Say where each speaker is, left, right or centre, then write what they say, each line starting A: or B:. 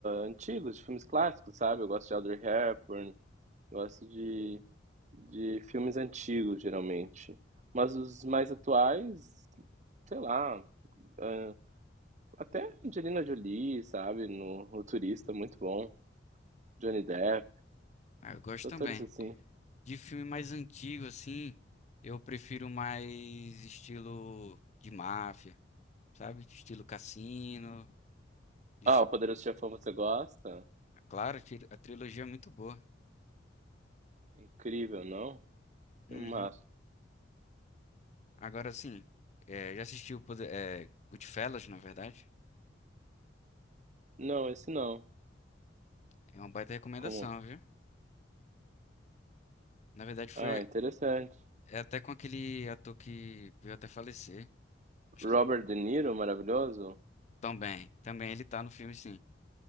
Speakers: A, on the right; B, on the left.
A: antigos, de filmes clássicos, sabe? Eu gosto de Audrey Hepburn, gosto de, de filmes antigos, geralmente. Mas os mais atuais, sei lá, ah, até Angelina Jolie, sabe? No, no Turista, muito bom. Johnny Depp,
B: Ah, eu gosto
A: atores
B: também.
A: assim.
B: De filme mais antigo, assim, eu prefiro mais estilo de máfia, sabe? Estilo cassino. Es-
A: Ah, o Poderoso Chefão você gosta?
B: Claro, tri- a trilogia é muito boa.
A: Incrível, não? Filmaço.
B: Uhum. Agora sim, é, já assisti o Poder- é, Goodfellas, na verdade.
A: Não, esse não.
B: É uma baita recomendação,
A: Como?
B: viu? Na verdade, foi
A: Ah, interessante.
B: é até com aquele ator que veio até falecer. Acho que
A: Robert De Niro, maravilhoso?
B: também. Também ele tá no filme, sim.